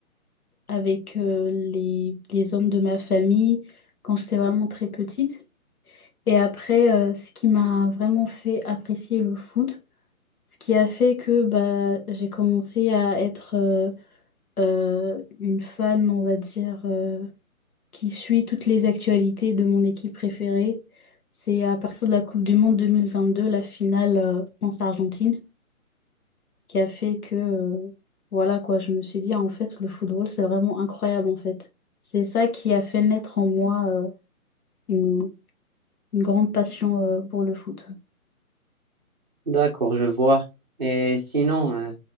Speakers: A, on the left; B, on the right.
A: avec euh, les, les hommes de ma famille quand j'étais vraiment très petite. Et après, euh, ce qui m'a vraiment fait apprécier le foot, ce qui a fait que bah, j'ai commencé à être euh, euh, une fan, on va dire, euh, qui suit toutes les actualités de mon équipe préférée. C'est à partir de la Coupe du Monde 2022, la finale euh, France-Argentine qui a fait que, euh, voilà quoi, je me suis dit, ah, en fait, le football, c'est vraiment incroyable, en fait. C'est ça qui a fait naître en moi, euh, une, une grande passion, euh, pour le foot. <laughs>
B: D'accord, je vois. Et sinon, euh,